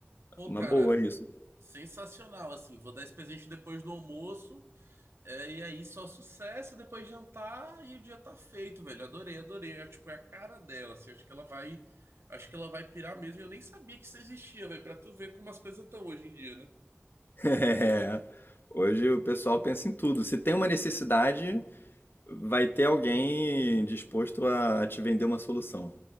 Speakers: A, on the right (about 70°); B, on the left (about 50°).
A: pô,
B: Uma
A: cara,
B: boa isso. <laughs>
A: sensacional, assim. Vou dar esse presente depois do almoço, é, e aí só sucesso, depois jantar e o dia tá feito, velho. Adorei, adorei. É, tipo, é a cara dela, assim. Acho que ela vai, acho que ela vai pirar mesmo. e Eu nem sabia que isso existia, velho, pra tu ver como as coisas estão hoje em dia, né?
B: É. Hoje o pessoal pensa em tudo. Se tem uma necessidade, vai ter alguém disposto a te vender uma solução.